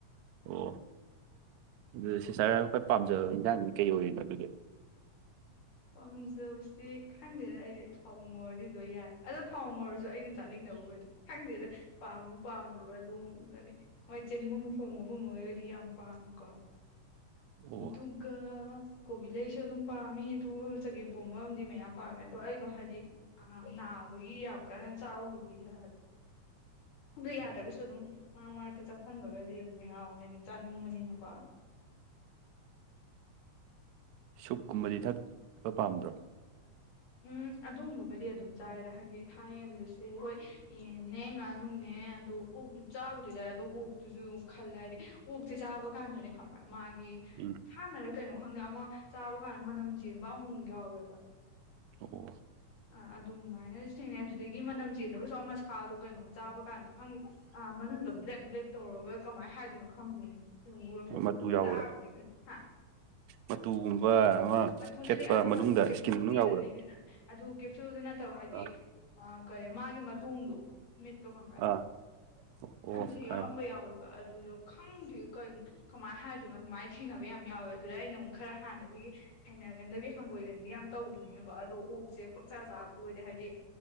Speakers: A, on the right (about 75°); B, on the left (about 85°).
A: ꯑꯣ ꯑꯗꯨꯗꯤ ꯁꯤꯁꯇꯔ ꯈꯣꯏ ꯄꯥꯝꯖꯕ ꯌꯦꯟꯖꯥꯡꯗꯤ ꯀꯩ ꯑꯣꯏꯔꯤꯅꯣ ꯑꯗꯨꯗꯤ
B: ꯄꯥꯝꯖꯕꯁꯤ ꯈꯪꯗꯦꯅ ꯑꯩꯗꯤ ꯊꯥꯎ ꯉꯣꯔꯗꯤ ꯂꯣꯏ ꯌꯥꯏ ꯑꯗꯣ ꯊꯥꯎ ꯉꯧꯔꯁꯨ ꯑꯩꯅ ꯆꯥꯅꯤꯡꯗꯕ ꯑꯣꯏꯔꯗꯤ ꯈꯪꯗꯦꯔꯦ ꯄꯥꯝ ꯄꯥꯝꯗꯕ ꯑꯗꯨꯒꯒꯅꯤ ꯃꯣꯏ ꯆꯅꯤꯡꯨꯝ ꯐꯉꯒꯨꯝ ꯃꯔꯤꯄꯥꯥ ꯀꯔ
A: ꯑꯣ
B: ꯑꯗꯨꯒꯗꯨꯒ ꯀꯣꯕꯤꯂꯦꯁ ꯑꯗꯨ ꯅꯨꯄꯥꯝꯃꯤ ꯑꯗꯨꯨ ꯆꯒꯦꯝ ꯄꯣꯡꯕ ꯑꯃꯗꯤꯗꯤ ꯃꯌꯥꯝ ꯄꯥꯝꯃꯦ ꯑꯗꯣ ꯑꯩꯗꯣ ꯍꯥꯏꯗꯤ ꯑ ꯅꯅꯥꯒꯤ ꯌꯥꯝ ꯀꯥꯟ ꯆꯥꯎꯥꯎꯒꯤꯗ ꯑꯗꯨ ꯌꯥꯗ꯭ꯔꯒꯁꯨ
A: ꯑꯣ
B: ꯑꯗꯨꯝ ꯃꯥ ꯃꯥꯛꯇ ꯆꯥꯍꯟꯕꯒꯗꯤ ꯑꯗꯨꯝ ꯌꯥꯎꯔꯦ ꯍꯥꯏ ꯆꯥꯅꯤꯡꯕꯅꯤꯅꯀꯣ
A: ꯁꯨꯛ ꯀꯨꯝꯕꯗꯤ ꯊꯛꯄ ꯄꯥꯝꯗ꯭ꯔꯣ
B: ꯎꯝ ꯑꯗꯨꯝꯕꯒꯗꯤ ꯑꯗꯨꯝ ꯆꯥꯏꯔꯦ ꯍꯥꯏꯗꯤ ꯊꯥꯏꯟꯗꯁ ꯍꯈꯣꯏ ꯌꯦꯟꯅꯦ ꯉꯥꯅꯨꯅꯦ ꯑꯗꯨ ꯑꯣꯛꯇꯨ ꯆꯥꯕꯨꯗꯤ ꯌꯥꯏꯦ ꯑꯗꯣ ꯑꯣꯛꯇꯨꯁꯨ ꯈꯜꯂꯦ ꯍꯥꯏꯗꯤ ꯑꯣꯛꯁꯦ ꯆꯥꯕ ꯀꯥꯟꯗꯅꯦ ꯈꯪꯕ꯭ꯔꯥ ꯃꯥꯒꯤ
A: ꯎꯝ
B: ꯍꯥꯟꯅꯔ ꯀꯩꯅꯣ ꯈꯪꯗꯦ ꯑꯃ ꯆꯥꯕ ꯀꯥꯟꯗ ꯃꯅꯝ ꯆꯦꯟꯕ ꯑꯃꯨꯛ ꯌꯥꯎꯋꯦꯕ
A: ꯑꯣ
B: ꯑꯥ ꯑꯗꯨꯃꯥꯏꯅꯗꯤ ꯊꯦꯡꯅꯩ ꯑꯗꯨꯗꯒꯤ ꯃꯅꯝ ꯆꯦꯟꯗꯕꯁꯨ ꯃꯁꯥꯗꯣ ꯀꯩꯅꯣꯝ ꯆꯥꯕ ꯀꯥꯟꯗ ꯈꯪꯗꯔ ꯑ ꯃꯅꯨꯡꯗ ꯕ꯭ꯂꯦꯛ ꯕ꯭ꯂꯦꯛ ꯇꯧꯔꯒ ꯀꯃꯥꯏꯅ ꯍꯥꯏꯗꯣꯏꯅꯣ ꯈꯪꯗꯦꯅꯦ ꯎ
A: ꯃꯇꯨ
B: ꯎ
A: ꯌꯥꯎꯕꯗ
B: ꯇꯥ ꯍꯥ
A: ꯃꯇꯨꯒꯨꯝꯕ ꯑꯃ
B: ꯃꯨ ꯅꯠꯇꯦ
A: ꯈꯦꯠꯄ
B: ꯑꯗꯨ ꯅ
A: ꯃꯅꯨꯡꯗ
B: ꯑꯃꯨꯛ ꯀꯦꯞꯁꯨꯒꯤꯗꯅꯤꯗꯅ
A: ꯏꯁꯀꯤꯟ ꯃꯅꯨꯡ ꯌꯥꯎꯕꯗꯣ
B: ꯑꯗꯨ ꯀꯦꯞꯁꯨꯜꯗꯨ ꯅꯠꯇꯕ ꯍꯥꯏꯗꯤ
A: ꯑꯥ
B: ꯀꯔꯤ ꯃꯥꯒꯤ ꯃꯇꯨꯡꯣꯡꯗꯣ ꯃꯠꯇ ꯈꯝꯕ
A: ꯑꯥ ꯑꯣ
B: ꯑꯗꯔ
A: ꯈꯪꯉꯦ
B: ꯌꯥꯎꯕ ꯌꯥꯎꯕ ꯑꯗꯨꯗꯣ ꯈꯪꯗꯦ ꯀꯅꯣ ꯀꯃꯥꯏꯅ ꯍꯥꯏꯗꯣꯏꯅꯣ ꯑꯗꯨꯃꯥꯏꯅ ꯊꯤꯅꯕ ꯌꯥꯝ ꯌꯥꯎꯋꯦ ꯑꯗꯨꯗ ꯑꯩꯅ ꯑꯃꯨꯛ ꯈꯔ ꯍꯥꯟꯅꯗꯒꯤ ꯍꯩꯅꯒꯟꯗꯕꯤ ꯍꯪꯒꯣꯏꯗꯟꯒꯤ ꯌꯥꯝ ꯇꯧꯕꯅꯤꯅꯀꯣ ꯑꯗꯣ ꯑꯣ ꯁꯦ ꯄꯣꯛꯆꯥ ꯆꯥꯕꯗꯨ ꯑꯣꯏꯔꯗꯤ ꯍꯥꯏꯗꯤ